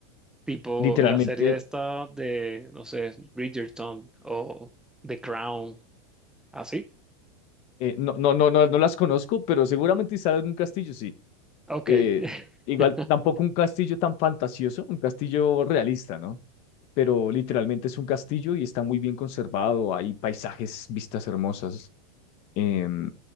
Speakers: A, in the centre; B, on the left.
A: Tipo
B: Literalmente,
A: la serie esta de, no sé, Bridgerton o The Crown, así.
B: eh, no, no, no, no, no las conozco, pero seguramente salen en un castillo, sí.
A: Ok,
B: eh,
A: <laughs>
B: igual tampoco un castillo tan fantasioso, un castillo realista, ¿no? Pero literalmente es un castillo y está muy bien conservado, hay paisajes, vistas hermosas. Em,